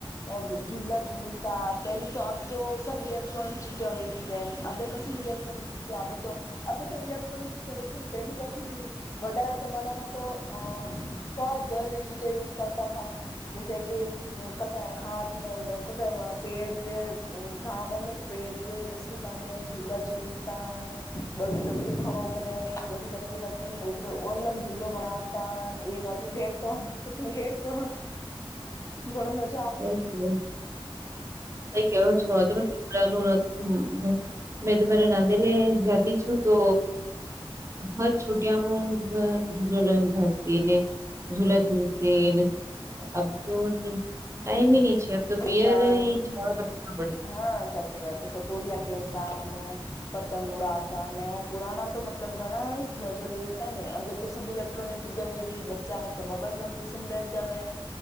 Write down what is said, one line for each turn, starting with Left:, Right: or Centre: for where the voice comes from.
Left: અલા ઝૂલતા પહેલી તો અબ તો સબ ઇલેક્ટ્રોનિક ચીજા વથી બહેન અભ કસી ઇલેક્ટ્રોનિક ચીજા અબ અબ તો ઇલેક્ટ્રોનિક પેલી ક વધારે જમાનામાં અ સબ ગરરી ચીજો યુઝ કરતા થ જૈસે કેટ હાથ પેડ ગામમાં તો પેડ રસી બાંધ ઝૂલા ઝૂલ ત બડી લકડી ખડો કરીને એક બડી લકડી રાખીને ઉપર ઓલગ જુલ્લો બણાવતા તા પર એક ભેટ તો એક ભેટ પ્ર ગણ બધ
Right: ક કેવો ક કેવ છ અધરું લીડાનું હ મેં તમારા નાંદેલી જાતી છું તો હ છ મ ઝુલો ઘાલતી ને ઝુલા ઝુલતી અબ તો ટાઈમ
Left: હ
Right: હી નહીં છે અબ તો
Left: ખેલતા
Right: પિયર જવા લગવાના પડે છે.
Left: હા સાચી વાત સતોલિયા ખેલતા પતંગ ઉડાવતા ને પુરાણા તો મતલબ ઘણા મજો લેતા ને અ તો ઇલેક્ટ્રોનિક ચીજ વેગી બચ્ચા હૈ તો મોબાઈલમાં ઘુસન બેઠ જવે